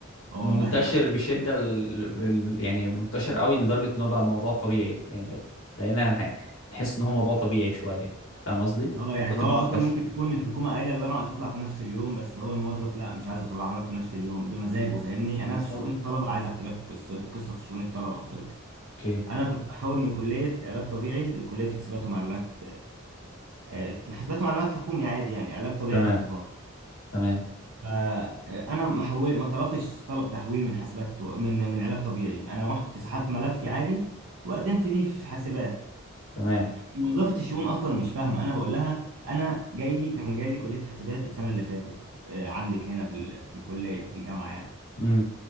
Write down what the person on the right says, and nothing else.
هو
مبهدل حاجات
كتير.
هو يعني
هو
اصلا
ممكن تكون الحكومه قايله الورقه تطلع في نفس اليوم بس هو الموظف لا مش عايز اطلعها لك في نفس اليوم بمزاجه فاهمني يعني
انا في شؤون الطلبه عايز احكي لك قصه قصه في شؤون الطلبه حصلت لي.
انا كنت بحول من كليه علاج طبيعي لكليه حسابات ومعلومات آه، حاسبات ومعلومات حكومي عادي يعني علاج طبيعي
كانت خاص
فانا ما حول ما طلبتش طلب تحويل من حاسبات و- من من علاج طبيعي انا رحت سحبت ملفي عادي وقدمت بيه في حاسبات
موظفه الشؤون اصلا مش فاهمه انا بقول لها انا جاي لي كان جاي لي كليه حاسبات السنه اللي فاتت آه، عندك هنا في ال- في الكليه في الجامعه يعني